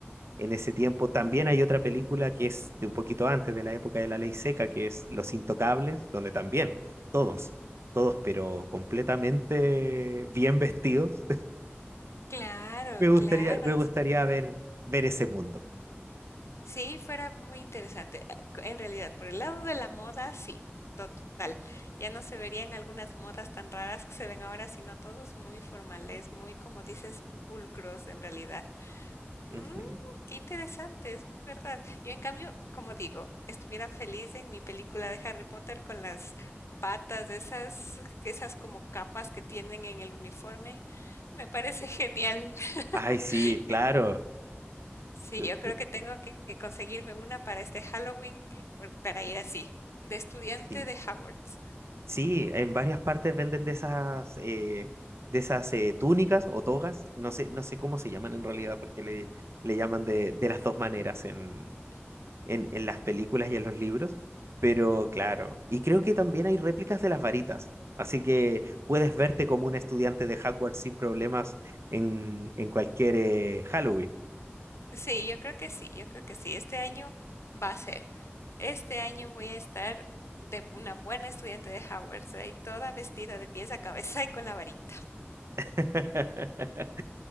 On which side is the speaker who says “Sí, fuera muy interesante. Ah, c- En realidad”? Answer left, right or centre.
Left